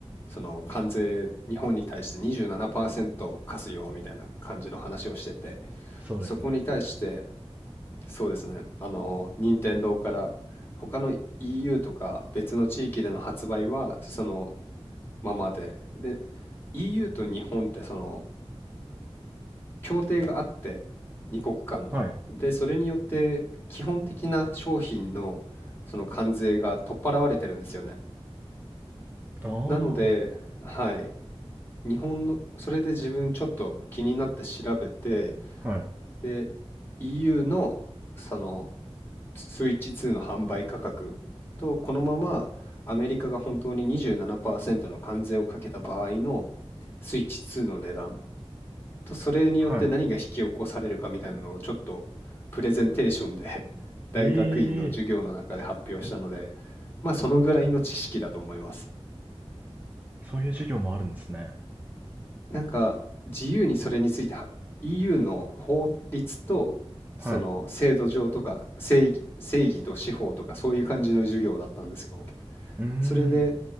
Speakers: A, on the left; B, on the right.
A: その関税日本に対して27%課すよみたいな感じの話をしてて
B: そうですね。
A: そこに対してそうですねあの任天堂から他の EU とか別の地域での発売はそのままでで EU と日本ってその協定があって、2国間の。
B: はい。
A: で、それによって基本的な商品のその関税が取っ払われてるんですよね。
B: あ
A: なので、はい、日本の、それで自分ちょっと気になって調べて、
B: あ。はい。
A: で、EU のそのスイッチ2の販売価格と、このままアメリカが本当に27%の関税をかけた場合のスイッチ2の値段と、それによって何が引き起こされるかみたいなのをちょっとプレゼンテーションで
B: はい。
A: <laughs> 大学院の授業の中で発表したので、
B: ええ
A: まあそのぐらいの知識だと思います。
B: そういう授業もあるんですね。
A: なんか自由にそれについては EU の法律とその制度上とか正義、
B: はい。
A: 正義と司法とかそういう感じの授業だったんですけど
B: うーん。
A: それで、